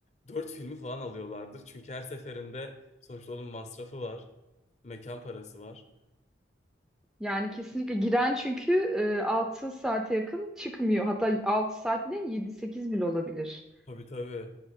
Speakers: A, on the left (about 35°); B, in the centre.
A: dört filmi falan alıyorlardır. Çünkü her seferinde sonuçta onun masrafı var. Mekan parası var.
B: Yani kesinlikle giren çünkü e, 6 saate yakın çıkmıyor. Hatta 6 saat ne? yedi sekiz bile olabilir.
A: Tabii tabii.